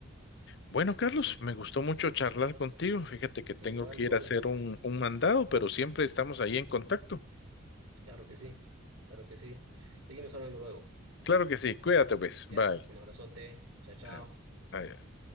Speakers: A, on the left (about 55°); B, on the right (about 75°).
A: Bueno, Carlos, me gustó mucho charlar contigo. Fíjate que tengo
B: Igual,
A: que
B: igual.
A: ir a hacer un, un mandado, pero siempre estamos ahí en contacto.
B: Claro que sí. Claro que sí. Seguimos hablando luego.
A: Claro que sí, cuídate pues,
B: ¿Ya?
A: bye.
B: Un abrazote. Chao, chao.
A: Ah, Adiós.